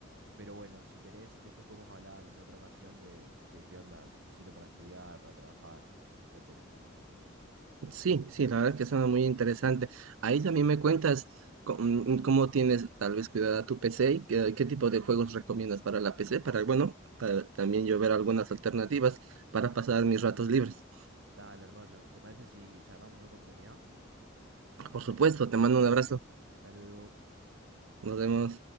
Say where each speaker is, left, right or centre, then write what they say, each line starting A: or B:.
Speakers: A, on the right; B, on the right.
A: Pero bueno, si querés, después podemos hablar en otra ocasión de, de qué onda, si te sirve para estudiar, para trabajar, etcétera.
B: Sí, sí, la verdad es que suena muy interesante. Ahí también me cuentas co- mm, cómo, tienes tal vez cuidada tu PC y qué, qué tipo de juegos recomiendas para la PC, para, bueno, para también yo ver algunas alternativas para pasar mis ratos libres.
A: Dale, Roger, ¿te parece si charlamos en otra oportunidad?
B: Por supuesto, te mando un abrazo.
A: Hasta luego.
B: Nos vemos.